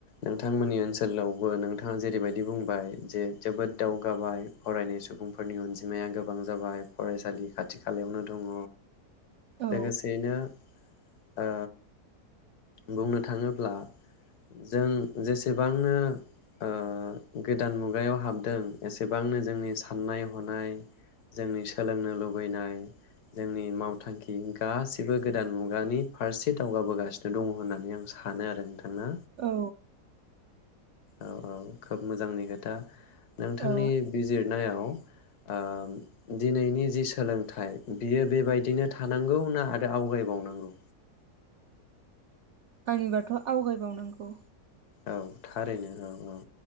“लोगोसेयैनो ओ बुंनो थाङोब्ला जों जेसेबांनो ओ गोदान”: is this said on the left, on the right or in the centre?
Left